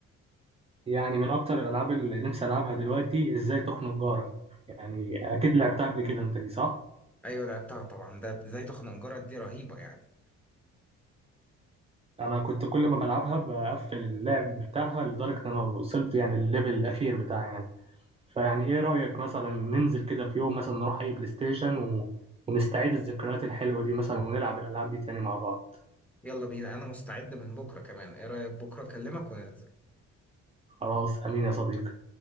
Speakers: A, on the right; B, in the centre.
A: يعني من اكتر الالعاب اللي نفسي العبها دلوقتي ازاي تخنق جارك يعني اكيد لعبتها قبل كده انت دي صح
B: ايوه لعبتها طبعا ده زي تخنجرة دي رهيبة يعني
A: انا كنت كل ما بلعبها بقفل اللعب بتاعها لدرجه ان انا وصلت يعني الليفل الاخير بتاعي يعني فيعني ايه رأيك مثلا ننزل كده في يوم مثلا نروح اي بلاي ستيشن و... ونستعيد الذكريات الحلوة دي مثلا ونلعب الألعاب دي تاني مع بعض
B: يلا بينا انا مستعد من بكرة كمان ايه رأيك بكرة اكلمك وننزل
A: خلاص أمين يا صديقي